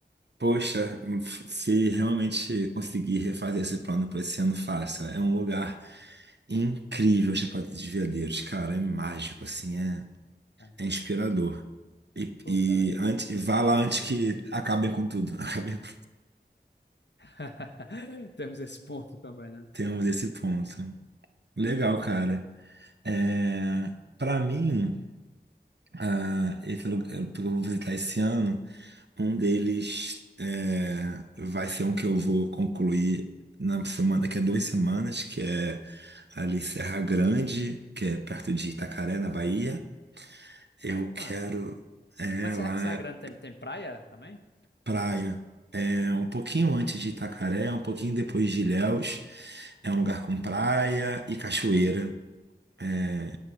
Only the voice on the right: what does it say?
Poxa, se realmente conseguir refazer esse plano para esse ano, faça. É um lugar incrível, Chapada dos Veadeiros, cara. É mágico, assim, é,
é inspirador. E,
e
antes, e vá lá
antes
que acabem com tudo. <laughs> Acabem com...
Temos esse ponto. Legal, cara. É, para mim, ah, esse lugar que eu vou visitar esse ano. Um deles é, vai ser um que eu vou concluir na semana, daqui a duas semanas, que é ali Serra Grande, que é perto de Itacaré, na Bahia. Eu
quero é,
lá
é
praia. É um pouquinho antes de Itacaré, um pouquinho depois de Ilhéus. É um lugar com praia e cachoeira. É